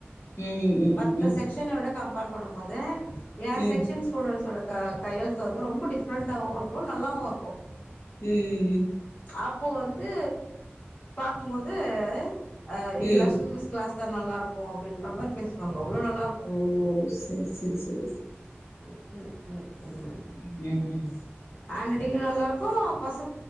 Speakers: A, on the left; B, on the left.
A: ம் ம் ம்
B: மத்த செக்க்ஷன விட கம் கம்ப்பார் பண்ணும்போது ஏ
A: ம் ம்
B: செக்ன்
A: ம்
B: ஸ்டூடெட்ஸோட க கையெழுத்து வந்து ரொம்ப டிஃப்ரெண்ட்டாவு இருக்கு நல்லாவு இருக்கு
A: உம் உம் உம்
B: அப்போ வந்து பாக்கும்போது ஆ இது
A: ம்
B: லக்ஷ்மி மிஸ் கிளாஸ் நல்லா இருக்கு அப்டின்ற மாரி பேசுவாங்க அவ்ளோ நல்லாருக்கு
A: ஓ சரி சரி சரி
B: ம் ம் ம் உம்
A: ம் ம்
B: ஹாண்ரைட்டிங்கு நல்லா இருக்கு பஸ்